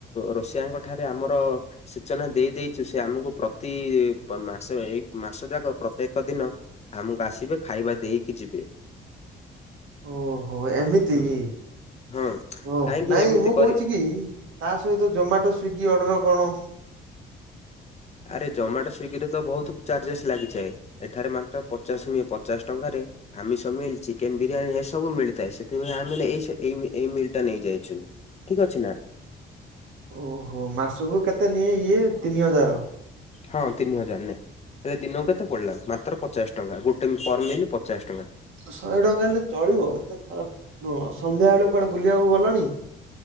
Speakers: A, on the left (about 35°); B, on the right (about 80°).
A: ରୋଷିଆଙ୍କ ଠାରେ ଆମର ସୂଚନା ଦେଇ ଦେଇଛୁ ସେ ଆମକୁ ପ୍ରତି ପ ମାସ ଏଇ ମାସ ଯାକ ପ୍ରତ୍ୟେକ ଦିନ ଆମ ବାସିବେ ଖାଇବା ଦେଇକି ଯିବେ।
B: ଓହୋ ଏମିତିକି
A: ହୁଁ ହଁ।
B: ଓ
A: କାହିଁକି
B: ନାଇଁ
A: ଏମିତି
B: ମୁଁ
A: କରି
B: କହୁଛି କି ତା ସହିତ ଜୋମାଟୋ ସ୍ଵିଗୀ ଅର୍ଡର କଣ?
A: ଆରେ ଜମାଟୋ ସ୍ଵିଗିରେ ତ ବହୁତ ଚାର୍ଜେସ୍ ଲାଗିଯାଏ। ଏଠାରେ ମାତ୍ର ପଚାଶ ନିଏ ପଚାଶ ଟଙ୍କାରେ ଆମିଷ ମିଲ ଚିକେନ ବିରିୟାନୀ ଏସବୁ ମିଳିଥାଏ ସେଥିପାଇଁ ଆମେନା ଏଇସ ଏଇ ଏଇ ମିଲ୍ ଟା ନେଇଯାଇଛୁ। ଠିକ ଅଛି ନା?
B: ଓହୋ ମାସକୁ କେତେ ନିଏ ଇଏ ତିନି ହଜାର?
A: ହଁ ତିନି ହଜାର ନେ ହେଲେ ଦିନକୁ କେତେ ପଡ଼ିଲା ମାତ୍ର ପଚାଶ ଟଙ୍କା ଗୋଟେ ପର ମିଲ ପଚାଶ ଟଙ୍କା।
B: ଶହେ ଟଙ୍କା ହେଲେ ଚଳିବ ଏତେ ଖରାପ ନୁହଁ ସନ୍ଧ୍ୟା ବେଳେ କୁଆଡ଼େ ବୁଲିବାକୁ ଗଲଣି?